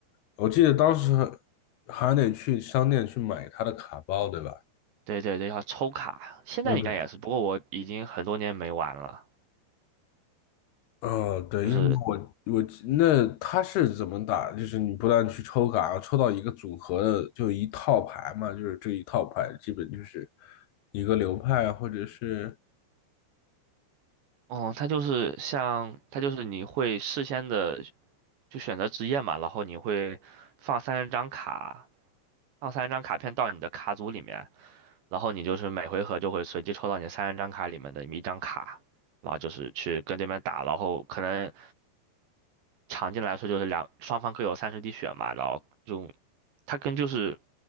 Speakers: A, on the left; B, on the right.
A: 我记得当时还得去商店去买他的卡包，对吧？
B: 对对对，要抽卡，现在应该也是，
A: 那对，
B: 不过我已经很多年没玩了。
A: 呃，对，
B: 就是，
A: 因为我我那他是怎么打？就是你不断去抽卡，然后抽到一个组合的，就一套牌嘛，就是这一套牌基本就是一个流派啊或者是。
B: 哦，它就是像它就是你会事先的就选择职业嘛，然后你会放三十张卡，放三十张卡片到你的卡组里面，然后你就是每回合就会随机抽到你三十张卡里面的一张卡，然后就是去跟对面打，然后可能常见来说就是两双方各有三十滴血嘛，然后就它跟就是